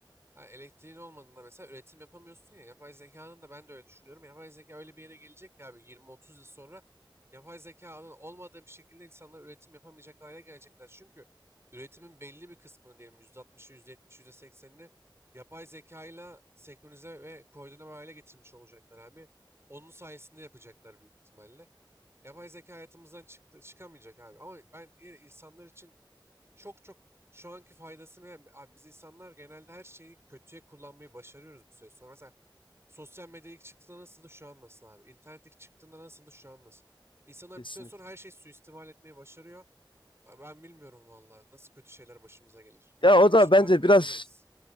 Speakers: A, on the right; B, on the left.
A: Ha, elektriğin olmadığında mesela üretim yapamıyorsun ya. Yapay zekanın da ben de öyle düşünüyorum. Yapay zeka öyle bir yere gelecek ya abi 20-30 yıl sonra yapay zekanın olmadığı bir şekilde insanlar üretim yapamayacak hale gelecekler. Çünkü üretimin belli bir kısmını diyelim %60'ı, %70'i, %80'ini yapay zekayla senkronize ve koordine hale getirmiş olacaklar abi. Onun sayesinde yapacaklar büyük ihtimalle. Yapay zeka hayatımızdan çıktı, çıkamayacak abi. Ama ben yine insanlar için çok çok şu anki faydası mı? Abi biz insanlar genelde her şeyi kötüye kullanmayı başarıyoruz bir süre sonra. Mesela sosyal medya ilk çıktığında nasıldı şu an nasıl abi? İnternet ilk çıktığında nasıldı şu an nasıl? İnsanlar
B: Kesinlikle.
A: bir süre sonra her şeyi suistimal etmeyi başarıyor. Abi Ben bilmiyorum vallahi nasıl kötü şeyler başımıza gelir.
B: Ya
A: Yani
B: o da
A: hiç tahmin
B: bence
A: bile
B: biraz
A: edemeyiz.